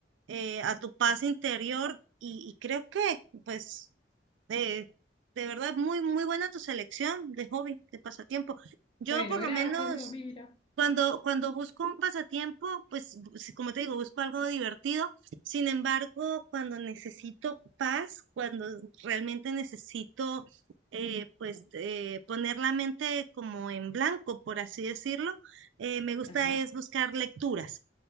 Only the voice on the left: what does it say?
Bueno,
gracias,
Dios, mira.
Ajá.